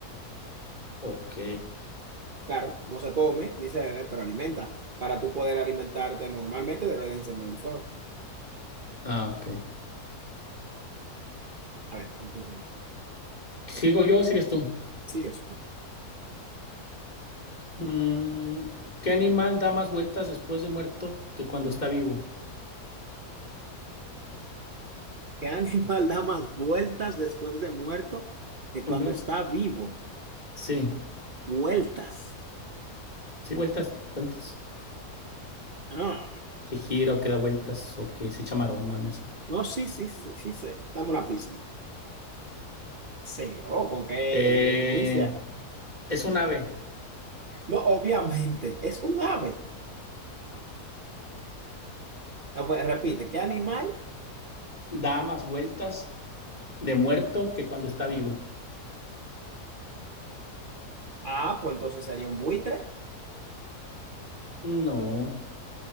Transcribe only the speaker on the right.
Claro, no se come ni se bebe, pero alimenta. Para tú poder alimentarte normalmente, debes de encender el fuego.
A ver, tu turno.
Sigues tú.
¿Qué animal da más vueltas después de muerto que
cuando está vivo?
Vueltas.
Ah,
no, sí, sí, sí, sí sé. Dame una pista. Seguro, ¿con qué
inicia?
No, obviamente, es un ave. Ah, pues, repite, ¿qué animal?
Ah, pues entonces sería un buitre,